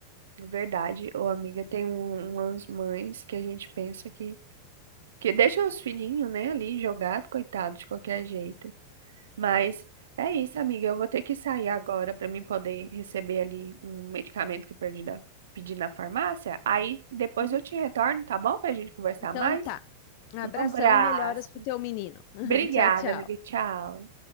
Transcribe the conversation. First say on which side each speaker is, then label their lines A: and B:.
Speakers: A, on the right; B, on the left.
A: Verdade, ô amiga, tem um- umas mães que a gente pensa que, que deixa os filhinhos, né, ali jogado, coitado, de qualquer jeito. Mas é isso, amiga. Eu vou ter que sair agora para mim poder receber ali um medicamento que eu perdi da- pedi na farmácia. Aí depois
B: Uhum.
A: eu te retorno, tá bom? Pra gente conversar
B: Então
A: mais.
B: tá. Abração
A: Um abraço.
B: e melhoras pro teu menino. <laughs>
A: Obrigada,
B: Tchau, tchau.
A: amiga. Tchau.